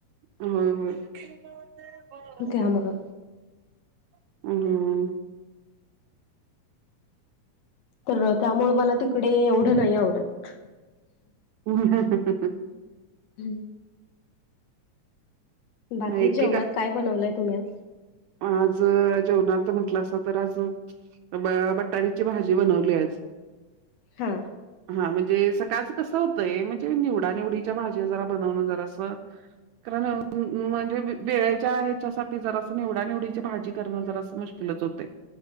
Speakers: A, on the right (about 80°); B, on the left (about 70°).
A: होय होय. <unintelligible>
B: द्या म.
A: <inaudible>
B: तर त्यामुळ मला तिकडे एवढं नाही आवडत.
A: <inaudible>
B: हू! बाकी
A: एकेका
B: जेवणात काय बनवलंय तुम्ही आज.
A: आज जेवणात म्हंटलं असं तर आज. अ ब-बटान्या ची भाजी बनवली आज.
B: हां!
A: हा म्हणजे सकाळचं कसं होतंय, म्हणजे निवडा निवडीच्या भाज्या जरा बनवणं जरां असं कारण म्हणजे वेळेच्या ह्याच्यासाठी जरां निवडा निवडीची भाजी कारण जरासं मुश्किलच होतय